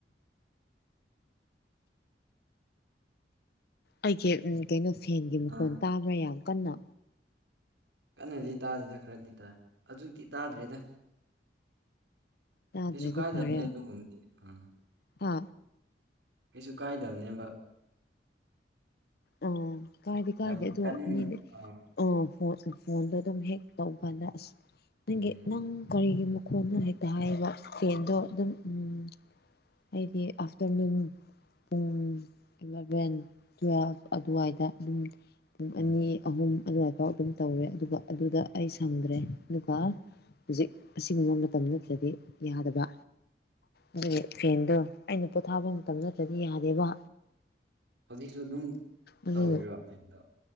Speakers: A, on the left; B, on the right.
A: ꯑꯩꯁꯦ ꯀꯩꯅꯣ ꯐꯦꯟꯒꯤ ꯃꯈꯣꯟ
B: ꯑꯥ
A: ꯇꯥꯕ꯭ꯔꯥ ꯌꯥꯝ ꯀꯟꯅ
B: ꯀꯟꯅꯗꯤ ꯇꯥꯗꯦꯅ ꯈꯔꯗꯤ ꯇꯥꯏ ꯑꯧꯖꯤꯛꯇꯤ ꯇꯥꯗ꯭ꯔꯦꯗ
A: ꯇꯥꯗ꯭ꯔꯗꯤ
B: ꯀꯩꯁꯨ ꯀꯥꯏꯗꯕꯅꯦ
A: ꯐꯔꯦ
B: ꯑꯗꯨꯒꯨꯝꯕꯗꯤ ꯑ
A: ꯍꯥ
B: ꯀꯩꯁꯨ ꯀꯥꯏꯗꯕꯅꯦꯕ
A: ꯑꯣ ꯀꯥꯏꯗꯤ ꯀꯥꯏꯗꯦ
B: ꯌꯥꯝ
A: ꯑꯗꯣ
B: ꯀꯟꯅ
A: ꯃꯤꯅꯦ
B: ꯑꯥ
A: ꯑꯣ ꯐꯣꯟꯗꯣ ꯑꯗꯨꯝ ꯍꯦꯛ ꯇꯧꯕ ꯀꯥꯟꯗ ꯑꯁ ꯅꯪꯒꯤ
B: ꯎꯝ
A: ꯅꯪ ꯀꯔꯤ ꯀꯔꯤ ꯃꯈꯣꯟꯅꯣ ꯍꯦꯛꯇ ꯍꯥꯏꯑꯦꯕ ꯐꯦꯟꯗꯣ ꯑꯗꯨꯝ ꯎꯝ ꯍꯥꯏꯗꯤ ꯑꯥꯐꯇꯔꯅꯨꯟ ꯄꯨꯡ ꯏꯂꯚꯦꯟ ꯇꯨꯋꯦꯜꯐ ꯑꯗꯨꯋꯥꯏꯗ ꯑꯗꯨꯝ ꯄꯨꯡ
B: ꯎꯝ
A: ꯑꯅꯤ ꯑꯍꯨꯝ ꯑꯗꯨꯋꯥꯏꯐꯥꯎ ꯑꯗꯨꯝ ꯇꯧꯋꯦ ꯑꯗꯨꯒ ꯑꯗꯨꯗ ꯑꯩ ꯁꯪꯗ꯭ꯔꯦ ꯑꯗꯨꯒ ꯍꯧꯖꯤꯛ ꯑꯁꯤꯒꯨꯝꯕ ꯃꯇꯝ ꯅꯠꯇ꯭ꯔꯗꯤ ꯌꯥꯗꯕ ꯑꯗꯨꯒꯤ
B: ꯑꯣ
A: ꯐꯦꯟꯗꯣ ꯑꯩꯅ ꯄꯣꯊꯥꯕ ꯃꯇꯝꯅꯠꯇ꯭ꯔꯗꯤ ꯌꯥꯗꯦꯕ
B: ꯍꯧꯖꯤꯛꯁꯨ ꯑꯗꯨꯝ
A: ꯑꯗꯨ
B: ꯇꯧꯔꯤꯔꯣ ꯐꯦꯟꯗꯣ